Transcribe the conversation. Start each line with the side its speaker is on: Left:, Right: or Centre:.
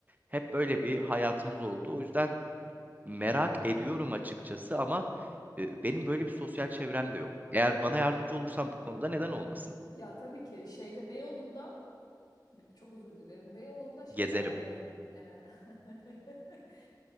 Right: Hep böyle bir hayatımız oldu. O yüzden merak ediyorum açıkçası ama e, benim böyle bir sosyal çevrem de yok. Eğer bana yardımcı olursan bu konuda neden olmasın?
Left: Ya tabii ki şeyde Beyoğlu'nda çok özür dilerim. Beyoğlu'nda şey
Right: Gezerim.
Left: var böyle e, <laughs>